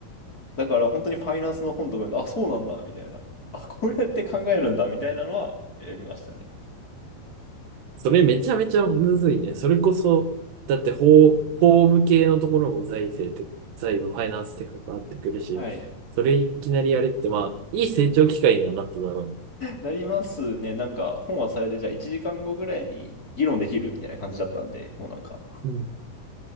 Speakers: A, on the left; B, on the right.
A: だから本当にファイナンスの本とかで、あ、そうなんだ、みたいな。あ、こうやって考えるんだ、みたいなのはやりましたね。
B: それめちゃめちゃむずいね。それこそ、だって法、法務系のところも財政って、財務、ファイナンスって関わってくるし、
A: はい。
B: それいきなりやれって、まあ、いい成長機会にはなっただろうね
A: なりますね。なんか本はそれでじゃあ1時間後ぐらいに議論できるみたいな感じだったんで、もうなんか、
B: うん、